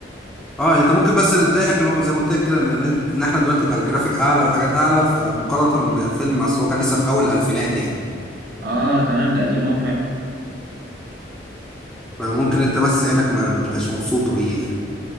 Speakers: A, in the centre; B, on the right.
A: اه انت ممكن بس اللي تضايقك اللي هو زي ما قلت لك كده ان ان احنا دلوقتي بقى الجرافيك اعلى والحاجات اعلى فمقارنه بالفيلم اصل هو كان لسه في اول الالفينات يعني
B: اه تمام ده قديم قوي فعلا
A: فممكن انت بس عينك ما, ما تبقاش مبسوطه بيه يعني